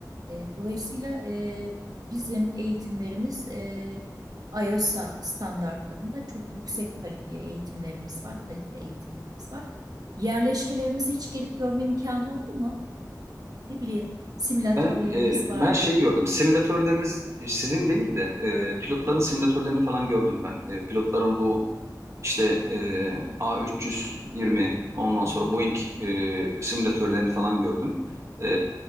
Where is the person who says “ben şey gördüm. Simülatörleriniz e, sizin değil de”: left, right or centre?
Right